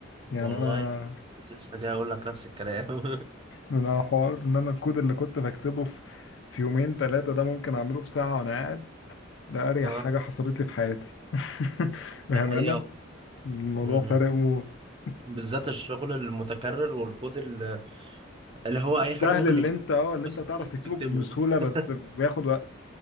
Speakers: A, on the left; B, on the right.
A: يعني
B: والله
A: انا
B: كنت لسه جاي اقول لك نفس الكلام
A: انا حوار ان انا الكود اللي كنت بكتبه في في يومين ثلاثه ده ممكن اعمله في ساعه وانا قاعد ده
B: <laughs>
A: اريح
B: اه
A: حاجه حصلت لي في حياتي <laughs> بامانه
B: دي حقيقة والله.
A: الموضوع
B: م- م.
A: فارق موت
B: بالذات الشغل المتكرر والكود ال- اللي
A: الكود
B: هو
A: السهل
B: اي حد ممكن
A: اللي
B: يكتبه
A: انت اه اللي
B: بس
A: انت تعرف
B: انت لازم
A: تكتبه
B: تكتبه
A: بسهوله بس
B: <laughs>
A: بياخد وقت